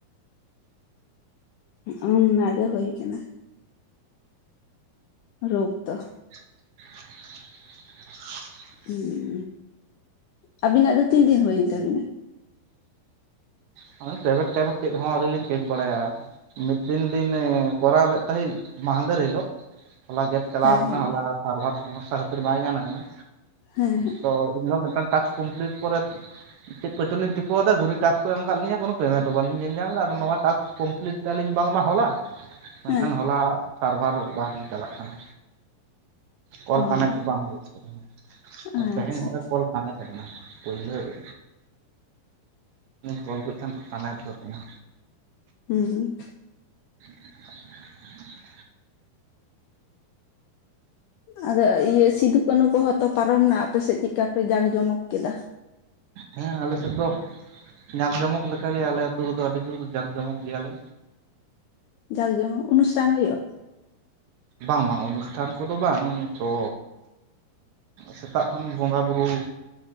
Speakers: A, on the left; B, on the right.
A: ᱚᱱᱟᱜ ᱜᱮ ᱦᱩᱭ ᱠᱟᱱᱟ ᱨᱩᱯ ᱫᱚ
B: <inaudible>
A: ᱦᱮᱸ ᱟᱵᱤᱱᱟᱜ ᱫᱚ ᱛᱤᱱ ᱫᱤᱱ ᱦᱩᱭᱮᱱ ᱛᱟᱵᱤᱱᱟ?
B: <unintelligible> ᱛᱮᱫ ᱦᱚᱸ ᱟᱹᱣᱨᱤ ᱞᱤᱧ ᱪᱮᱠ ᱵᱟᱲᱟᱭᱟ ᱢᱤᱫ ᱫᱤᱱ ᱫᱤᱱᱮ ᱠᱚᱨᱟᱣ ᱞᱮᱫ ᱛᱟᱦᱮᱸᱜ ᱢᱟᱦᱟᱫᱮᱨ ᱦᱤᱞᱚᱜ᱾ ᱦᱚᱞᱟ ᱠᱮᱯ ᱪᱟᱞᱟᱣ
A: ᱦᱮᱸ
B: ᱣᱠᱟᱱᱟ
A: ᱦᱮᱸ
B: ᱦᱚᱞᱟ ᱥᱟᱨᱵᱷᱟᱨ ᱥᱚᱢᱚᱥᱥᱟ ᱠᱷᱟᱹᱛᱤᱨ ᱵᱟᱭ ᱜᱟᱱ ᱟᱠᱟᱱᱟ᱾
A: ᱦᱮᱸ ᱦᱮᱸ
B: ᱛᱚ ᱤᱧᱦᱚᱸ ᱢᱤᱫᱴᱟᱝ ᱴᱟᱥᱠ ᱠᱚᱢᱯᱞᱤᱴ ᱯᱚᱨᱮᱫ ᱪᱮᱫ ᱠᱚᱪᱚᱞᱤᱧ ᱴᱤᱠᱟᱹᱣᱮᱫᱟ ᱜᱷᱩᱨᱤ ᱴᱟᱥᱠ ᱠᱚ ᱮᱢᱫᱟ ᱠᱟᱫ ᱞᱤᱧᱟ ᱠᱚᱱᱳ ᱯᱮᱢᱮᱱᱴ ᱦᱚᱸ ᱵᱟᱞᱤᱧ ᱧᱮᱞ ᱧᱟᱢᱮᱫᱟ ᱟᱫᱚ ᱱᱚᱣᱟ ᱴᱟᱥᱠ ᱠᱚᱢᱯᱞᱤᱴ ᱟᱹᱞᱤᱧ ᱵᱟᱝᱢᱟ ᱦᱚᱞᱟ᱾ ᱢᱮᱱᱠᱷᱟᱱ
A: ᱦᱮᱸ
B: ᱦᱚᱞᱟ ᱥᱟᱨᱵᱷᱟᱨ ᱵᱟᱝ ᱪᱟᱞᱟᱜ ᱠᱟᱱᱟ᱾ ᱠᱚᱞ
A: ᱚ
B: ᱠᱟᱱᱮᱠᱴ ᱵᱟᱝ ᱦᱩᱭᱩᱜ ᱠᱟᱱᱟ
A: ᱟᱪᱪᱷᱟ
B: ᱛᱮᱦᱮᱧ ᱦᱚᱸᱼ ᱠᱚᱞ ᱥ ᱛ <inaudible> ᱠᱟᱱᱟ ᱟᱠᱟᱱᱟ ᱯᱳᱭᱞᱳ ᱨᱮ ᱠᱚᱞ ᱠᱮ ᱠᱷᱟᱱ ᱠᱟᱱᱮᱠᱴ ᱜᱳ ᱤᱱᱟ
A: ᱦᱩᱸ
B: <inaudible>
A: ᱟᱫᱚ ᱤᱭᱟᱹ ᱥᱤᱫᱩ ᱠᱟᱹᱱᱩ ᱠᱚ ᱛᱚ ᱯᱟᱨᱚᱢ ᱮᱱᱟ ᱟᱯᱮᱥᱮᱫ ᱪᱮᱫ ᱞᱮᱠᱟ ᱯᱮ ᱡᱟᱠ ᱡᱚᱢᱚᱠ ᱠᱮᱫᱟᱹ?
B: ᱦᱮᱸ ᱟᱞᱮ ᱥᱮᱫ ᱫᱚ ᱧᱟᱢ ᱡᱚᱢᱚᱠ ᱞᱮᱠᱟᱜᱮ ᱟᱞᱮ ᱟᱹᱛᱩ ᱨᱮᱫᱚ ᱟᱹᱰᱤ ᱡᱳᱨ ᱡᱟᱠ ᱡᱚᱢᱚᱠ ᱜᱮᱭᱟᱞᱮ᱾
A: ᱡᱟᱸᱠ ᱡᱚᱢ ᱚᱱᱩᱥᱴᱷᱟᱱ ᱦᱩᱭᱩᱜᱼᱟ?
B: ᱵᱟᱝ ᱵᱟᱝ ᱚᱱᱩᱥᱴᱷᱟᱱ ᱠᱚᱫᱚ ᱵᱟᱝ ᱛᱚ᱾ ᱥᱮᱛᱟᱜ ᱠᱷᱚᱱ ᱵᱚᱸᱜᱟᱼᱵᱩᱨᱩ᱾